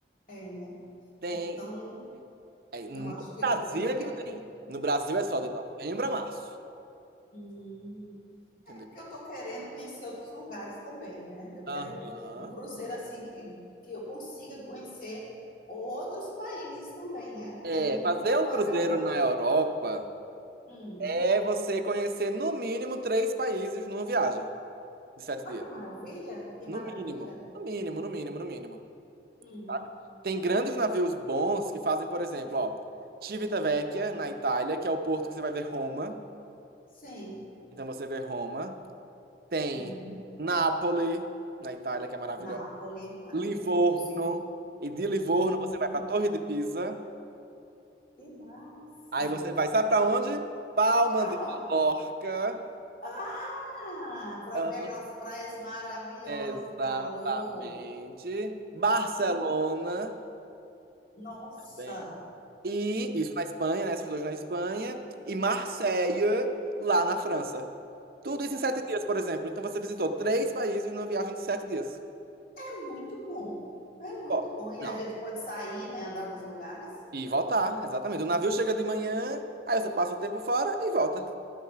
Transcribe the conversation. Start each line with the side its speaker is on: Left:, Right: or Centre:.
Left: É, né?
Right: Tem.
Left: Então,
Right: Aí, No
Left: eu acho que
Right: Brasil
Left: eu queria.
Right: é que não tem. No Brasil é só de novembro a março.
Left: Hum.
Right: Entendeu?
Left: Porque eu estou querendo conhecer outros lugares também, né? Eu
Right: Aham.
Left: quero um cruzeiro assim que, que eu consiga conhecer outros países também, né?
Right: É,
Left: Que é útil
Right: fazer um
Left: ou
Right: cruzeiro
Left: agradável.
Right: na Europa
Left: Hum.
Right: é você conhecer no mínimo três países numa viagem de sete
Left: Olha
Right: dias.
Left: que maravilha, que
Right: No
Left: maravilha.
Right: mínimo. No mínimo, no mínimo, no mínimo.
Left: Hum.
Right: sabe? Tem grandes navios bons que fazem, por exemplo, ó, Civitavecchia, na Itália, que é o porto que você vai ver Roma.
Left: Sim.
Right: Então você vê Roma. Tem
Left: Hum.
Right: Nápoles, na Itália, que é maravilhosa.
Left: Nápoles, maravilhoso.
Right: Livorno. E de Livorno
Left: Hum.
Right: você vai para a Torre de Pisa.
Left: Que massa.
Right: Aí você vai, sabe para onde? Palma
Left: Para
Right: de
Left: onde?
Right: Mallorca.
Left: Ah, para
Right: Aham,
Left: ver aquelas praias maravilhosas
Right: Exatamente.
Left: e o calor.
Right: Barcelona
Left: Que, nossa.
Right: também. E isso na Espanha, né? Esses dois na Espanha. E Marseille, lá na França. Tudo isso em sete dias, por exemplo. Então você visitou três países numa viagem de sete dias.
Left: É muito bom, é muito
Right: Ó,
Left: bom. E
Right: Não.
Left: a gente pode sair, né, andar nos lugares.
Right: E voltar, exatamente. O navio chega de manhã, aí você passa o tempo fora e volta.